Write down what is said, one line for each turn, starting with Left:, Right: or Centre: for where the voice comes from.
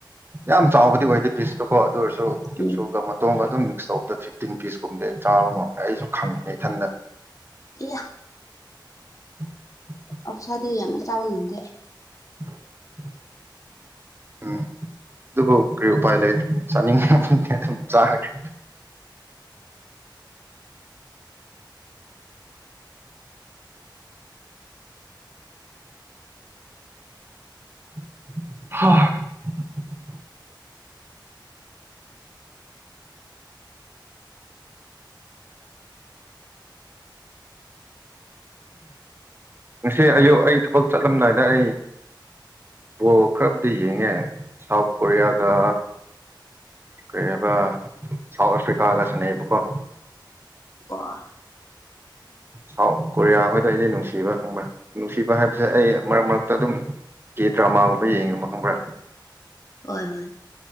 Right: ꯌꯥꯝ ꯆꯥꯎꯕꯗꯤ ꯑꯣꯏꯗꯦ ꯄꯤꯁꯇꯨꯀꯣ ꯑꯗꯨ ꯑꯣꯏꯔꯁꯨ ꯀꯦꯞꯁꯨꯒ
Left: ꯎꯝ
Right: ꯃꯇꯣꯡꯒ ꯑꯗꯨꯝ ꯛꯁꯇꯣꯞꯇ ꯐꯤꯐꯇꯤꯟ ꯄꯤꯁꯀꯨꯝꯕꯗꯤ ꯑꯩ ꯆꯥꯕ ꯉꯝꯒꯅꯤ ꯑꯩꯁꯨ ꯈꯪꯕꯅꯤ ꯏꯊꯟꯗ
Left: ꯏꯌꯥ
Right: <inaudible>
Left: ꯑꯞꯁꯥꯗꯨ ꯌꯥꯝꯅ ꯆꯥꯕ ꯉꯝꯗꯦ
Right: <inaudible> ꯎꯝ ꯗꯨꯕꯨ ꯀꯔꯤ ꯎꯄꯥꯏ ꯂꯩ ꯆꯥꯅꯤꯡꯉꯤ ꯑꯗꯨꯝ ꯆꯥꯒ꯭ꯔꯦ <unintelligible> ꯉꯁꯤ ꯑꯌꯨꯛ ꯑꯩ ꯊꯕꯛ ꯆꯠꯂꯝꯗꯥꯏꯗ ꯑꯩ ꯕꯣꯜ ꯈꯔꯕꯨꯗꯤ ꯌꯦꯡꯉꯦ ꯁꯥꯎꯠ ꯀꯣꯔꯤꯌꯥꯒ ꯀꯔꯤ ꯍꯥꯏꯕ ꯁꯥꯎꯠ ꯑꯐ꯭ꯔꯤꯀꯥꯒ ꯁꯥꯟꯅꯩꯑꯕꯀꯣ
Left: ꯋꯥ
Right: ꯁꯥꯎꯠ ꯀꯣꯔꯤꯌꯥ ꯍꯣꯏꯗ ꯑꯩꯗꯤ ꯅꯨꯡꯁꯤꯌꯦꯕ ꯈꯪꯕ꯭ꯔꯥ ꯅꯨꯡꯁꯤꯕ ꯍꯥꯏꯕꯁꯦ ꯑꯩ ꯃꯔꯛ ꯃꯔꯛꯇ ꯑꯗꯨꯝ ꯀꯦ ꯗ꯭ꯔꯃꯥꯒꯨꯝꯕ ꯌꯦꯡꯉꯦꯕ ꯈꯪꯕ꯭ꯔꯥ
Left: ꯍꯣꯏ ꯍꯣꯏ